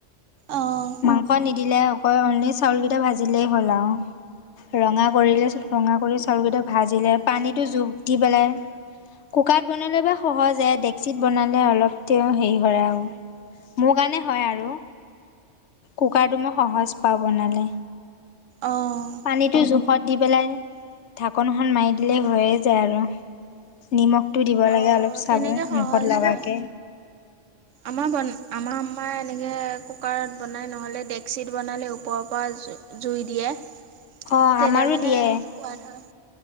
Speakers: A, on the right; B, on the left.
A: অঁ
B: মাংস নিদিলে অকল অনলি চাউল কেইটা ভাজিলেই হ'ল আৰু ৰঙা কৰিলেচোন ৰঙা কৰি চাউলকেইটা ভাজিলে পানীটো জোখ দি পেলাই কুকাৰত বনালে বা সহজে ডেকচিত বনালে অলপ তেওঁ হেৰি হয় আৰু মোৰ কাৰণে হয় আৰু কুকাৰটো মই সহজ পাওঁ বনালে
A: অঁ
B: পানীটো জোখত দি পেলাই ঢাকনখন মাৰি দিলে হৈয়ে যায় আৰু নিমখটো দিব লাগে
A: অঁ
B: অলপ চাবোন
A: তেনেকৈ সহজ
B: মুখত লগাকৈ
A: হয় আমাৰ বন আমাৰ আম্মাই এনেকৈ কুকাৰত বনায় নহ'লে ডেকচিিত বনালে ওপৰৰ পৰা জ জুই দিয়ে তেতিয়া
B: অ', আমাৰো
A: মানে
B: দিয়ে
A: আৰু সোৱাদ হয়